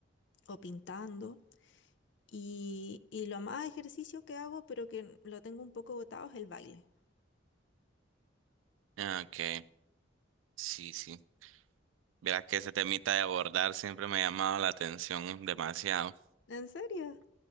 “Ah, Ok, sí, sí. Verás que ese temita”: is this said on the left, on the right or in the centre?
Right